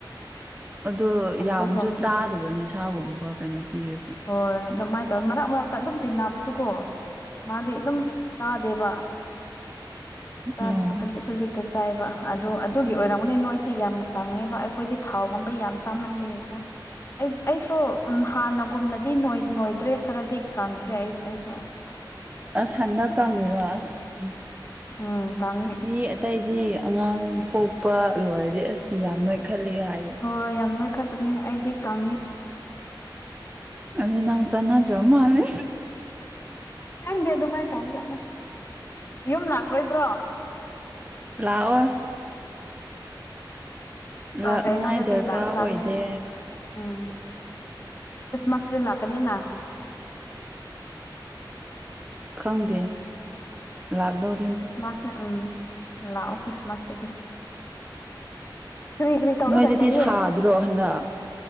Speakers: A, on the right; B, on the left.
A: ꯑꯗꯣ
B: ꯆꯝꯐꯨꯠꯒꯨꯝ
A: ꯌꯥꯝꯁꯨ ꯆꯥꯗꯕ ꯅꯁꯥꯒꯨꯝꯕ ꯀꯩꯅꯣ ꯄꯤꯔꯁꯨ
B: ꯍꯣꯏ ꯑꯗꯨꯃꯥꯏ ꯃꯔꯛ ꯃꯔꯛꯇ ꯑꯗꯨꯝ ꯇꯤꯟꯅꯕꯁꯨꯀꯣ ꯃꯥꯗꯤ ꯑꯗꯨꯝ ꯆꯥꯗꯦꯕ ꯆꯥꯕꯁꯨ
A: ꯑꯣ
B: ꯈꯖꯤꯛ ꯈꯖꯤꯛꯇ ꯆꯥꯏꯕ ꯑꯗꯨ ꯑꯗꯨꯒꯤ ꯑꯣꯏꯔꯝꯕꯅꯤ ꯅꯣꯏꯁꯤ ꯌꯥꯝ ꯀꯪꯉꯦꯕ ꯑꯩꯈꯣꯏꯗꯤ ꯊꯥꯎꯒꯨꯝꯕ ꯌꯥꯝ ꯆꯥꯃꯟꯂꯦꯀꯣ ꯑꯩ ꯑꯩꯁꯨ ꯍꯥꯟꯅꯒꯨꯝꯅꯗꯤ ꯅꯣꯏꯗ꯭ꯔꯦ ꯈꯔꯗꯤ ꯀꯪꯈ꯭ꯔꯦ ꯑꯩ ꯑꯩꯁꯨ
A: ꯑꯁ ꯍꯟꯗꯛ ꯀꯪꯉꯤꯔꯣ ꯑꯁ ꯎ
B: ꯎꯝ ꯀꯝ
A: ꯃꯤ ꯑꯇꯩꯗꯤ ꯑꯉꯥꯡ ꯄꯣꯛꯄ ꯂꯣꯏꯔꯗꯤ ꯑꯁ ꯌꯥꯝ ꯅꯣꯏ ꯈꯜꯂꯤ ꯍꯥꯏ
B: ꯍꯣꯏ ꯍꯣꯏ ꯌꯥꯝ ꯅꯣꯏꯈꯠꯄꯅꯦ ꯑꯩꯗꯤ ꯀꯪꯉꯦ
A: ꯑꯗꯨ ꯅꯥꯎꯁꯥꯅ ꯃꯦ
B: ꯈꯪꯗꯦ ꯑꯗꯨꯃꯥꯏꯅ ꯇꯧꯖꯠꯅ ꯌꯨꯝ ꯂꯥꯛꯂꯣꯏꯗ꯭ꯔꯣ
A: ꯂꯥꯛꯑꯣ ꯂꯥꯛꯅꯤꯉꯥꯏ
B: ꯀꯩꯅꯣꯗꯗꯤ
A: ꯗꯔꯀꯥꯔ
B: ꯂꯥꯛꯅꯦꯅꯦ
A: ꯑꯣꯏꯗꯦ
B: ꯎꯝ ꯀ꯭ꯔꯤꯁꯃꯁꯗꯤ ꯂꯥꯛꯅꯤꯅ
A: ꯈꯪꯗꯦ ꯂꯥꯛꯗꯧ
B: ꯈ꯭ꯔꯤꯁꯃꯥꯁ ꯎꯝ ꯂꯥꯛꯑꯣ ꯈ꯭ꯔꯤꯁꯃꯥꯁꯇꯗꯤ ꯀꯔꯤ ꯀꯔꯤ ꯇꯧꯔꯒ
A: ꯅꯣꯏꯗꯗꯤ
B: ꯂꯩꯌꯦꯦ
A: ꯁꯥꯗ꯭ꯔꯣ ꯍꯟꯗꯛ